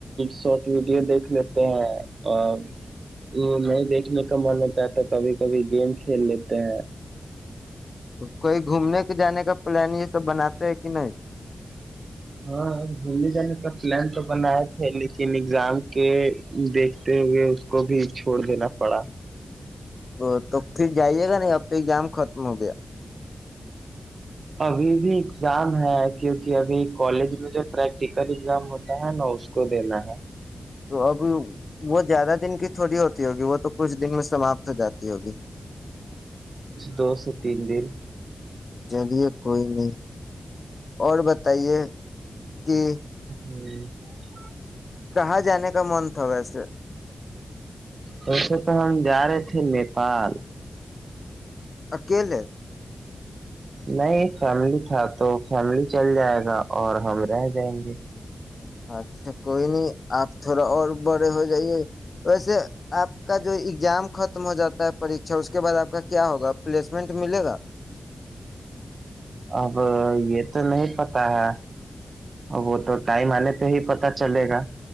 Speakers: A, on the right (about 55°); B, on the left (about 50°).
A: شارٹ ویڈیو دیکھ لیتے ہیں اور وہ نہیں دیکھنے کا من ہوتا ہے تو کبھی کبھی گیم کھیل لیتے ہیں
B: کوئی گھومنے کے جانے کا پلان یہ سب بناتے ہے کہ نہیں
A: ہاں گھومنے جانے کا پلان تو بنائے تھے لیکن ایگزام کے دیکھتے ہوئے اس کو بھی چھوڑ دینا پڑا
B: وہ تو پھر جائیے گا نا اب تو ایگزام ختم ہو گیا
A: ابھی بھی ایگزام ہے کیونکہ ابھی کالج میں جو پریکٹیکل ایگزام ہوتا ہے نا اس کو دینا ہے
B: تو اب وہ زیادہ دن کی تھوڑی ہوتی ہوگی وہ تو کچھ دن میں سماپت ہو جاتی ہوگی
A: دوسے تن دین
B: چلیے کوئی نہیں اور بتائیے کہ
A: ہ <unintelligible>
B: کہاں جانے کا من تھا ویسے
A: ویسے تو ہم جا رہے تھے نیپال
B: اکیلے <unintelligible>
A: نہیں فیملی تھا تو فیملی چل جائے گا اور ہم رہ جائیں گے
B: اچھا کوئی نہیں آپ تھوڑا اور بڑے ہو جائیے ویسے آپ کا جو اگزام ختم ہو جاتا ہے پریھا اس کو اس کے بعد آپ کا کیا ہوگا پلیسمنٹ ملے گا
A: اب یہ تو نہیں پتا ہے وہ تو ٹائم آنے پہ ہی پتا چلے گا